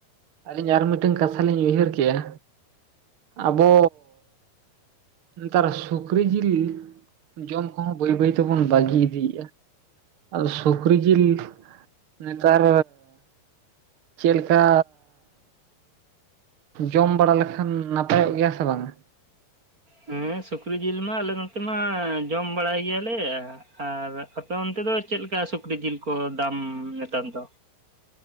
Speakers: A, on the right; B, on the right.
A: ᱟᱹᱞᱤᱧ ᱟᱨ ᱢᱤᱫᱴᱮᱱ ᱠᱟᱛᱷᱟ ᱞᱤᱧ ᱩᱭᱦᱟᱹᱨ ᱠᱮᱜᱼᱟ ᱟᱵᱚ ᱱᱮᱛᱟᱨ ᱥᱩᱠᱨᱤ ᱡᱤᱞ ᱡᱚᱢ ᱠᱚ ᱦᱚᱸ ᱵᱟᱹᱭ ᱵᱟᱹᱭ ᱛᱮᱵᱚᱱ ᱵᱟᱹᱜᱤ ᱤᱫᱤᱭᱮᱫᱼᱟ ᱟᱨ ᱥᱩᱠᱨᱤ ᱡᱤᱞ ᱱᱮᱛᱟᱨ ᱪᱮᱫ ᱞᱮᱠᱟᱻ ᱡᱚᱢ ᱵᱟᱲᱟ ᱞᱮᱠᱷᱟᱱ ᱱᱟᱯᱟᱭᱚᱜ ᱜᱮᱭᱟ ᱥᱮ ᱵᱟᱝᱟ
B: ᱦᱮᱸ ᱥᱩᱠᱨᱤ ᱡᱤᱞ ᱢᱟ ᱟᱞᱮ ᱱᱚᱛᱮ ᱢᱟ ᱡᱚᱢ ᱵᱟᱲᱟᱭ ᱜᱮᱭᱟᱞᱮ᱾ ᱟᱨ ᱟᱯᱮ ᱚᱱᱛᱮ ᱫᱚ ᱪᱮᱫᱞᱮᱠᱟ ᱥᱩᱠᱨᱤ ᱡᱤᱞ ᱠᱚ ᱫᱟᱢ ᱱᱮᱛᱟᱨ ᱫᱚ